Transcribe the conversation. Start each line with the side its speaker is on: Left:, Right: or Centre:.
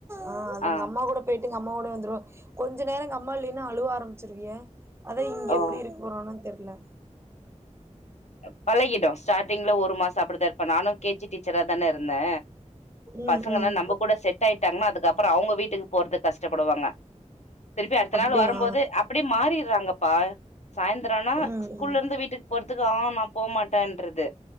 Right: ஆஹ் அது
Left: ஆ
Right: எங்க அம்மா கூட போயிட் அம்மாவோட வந்துருவ கொஞ்ச நேரங்கம்மா இல்லைன்னா அழுவ ஆரம்மிச்சிருவியே அதா இங்க
Left: ஓ
Right: எப்டி இருக்கப்போறானோத் தெர்ல
Left: அ பழகிட்டோஸ் ஸ்டார்டிங்க்ல ஒரு மாச அப்படிதா இருப்பே நானும் கேஜி டீச்சரா தானே இருந்தே
Right: ம்
Left: பசங்கள்லா
Right: ம்
Left: நம்ம கூட செட் ஆயிட்டாங்ன்னா அதுக்கப்பறோ அவுங்க வீட்டுக்கு போறது கஷ்டப்படுவாங்க திருப்பி அடுத்த
Right: அப்டியா
Left: நாள் வரும்போது அப்படியே மாறிடுறாங்க ப சாயந்தரம்னா
Right: ம்
Left: ஸ்கூல்ல
Right: ம்
Left: இருந்து வீட்டுக்கு போறதுக்கு நான் போமாட்டேன்றது